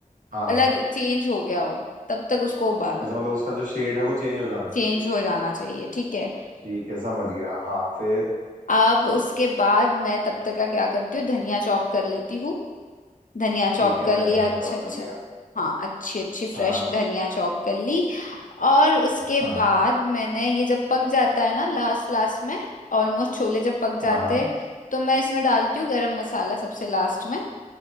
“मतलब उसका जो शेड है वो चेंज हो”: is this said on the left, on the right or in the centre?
Right